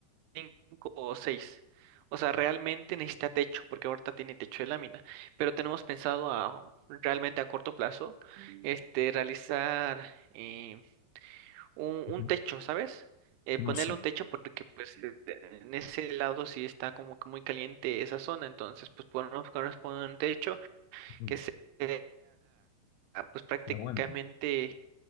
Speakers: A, on the right; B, on the left.
A: cinco o seis O sea, realmente necesita techo, porque ahorita tiene techo de lámina. Pero tenemos pensado a realmente a corto plazo, este, realizar eh, un,
B: Ujú.
A: un techo, ¿sabes? Eh, ponerle
B: No, sí,
A: un techo porque pues eh, en ese lado sí está como que muy caliente esa zona, entonces pues podemos poner un techo
B: uy,
A: que sea ah, pues prácticamente
B: que aguante.